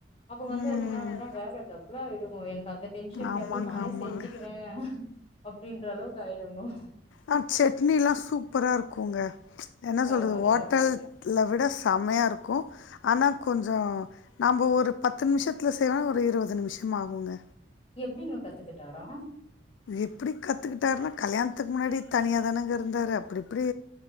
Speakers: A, on the left (about 30°); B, on the left (about 85°).
A: அப்போ வந்து
B: ம்
A: அது என்னாகுதுன்னா வேல டபுள்ளாயிடு எனக்கு அந்த டென்ஷன்
B: ஆமாங்க
A: ஆயி நானே
B: ஆமாங்க
A: செஞ்சுக்கிறே அப்டின்ற அளவுக்கு ஆயிடுங்கோ
B: ஆ சட்னில்லா சூப்பரா இருக்குங்க என்ன
A: பரவாயில்லைங்க
B: சொல்றது ஹோட்டல் ல விட செம்மையா இருக்கு ஆனா கொஞ்சோ நம்ப ஒரு பத்து நிமிஷத்துல செய்வோனா ஒரு இருவது நிமிஷம் ஆகுங்க
A: எப்டிங்க கத்துக்கிட்டாரா
B: எப்டி கத்துகிட்டாருன்னா கல்யாணத்துக்கு முன்னாடி தனியாக தானங்க இருந்தாரு அப்டி இப்டி